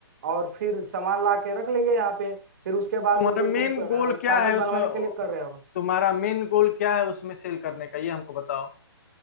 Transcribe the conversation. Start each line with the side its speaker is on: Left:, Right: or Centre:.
Right: और फिर सामान ला के रख लेंगे यहाँ पे फिर उसके बाद
Left: तुम्हारा
Right: से जो
Left: मेन
Right: तुम अ,
Left: गोल क्या
Right: कागज
Left: है
Right: बनवाने
Left: उसमें
Right: के लिए कर रहे हो
Left: तुम्हारा मेन गोल क्या है उसमें सेल करने का ये हमको बताओ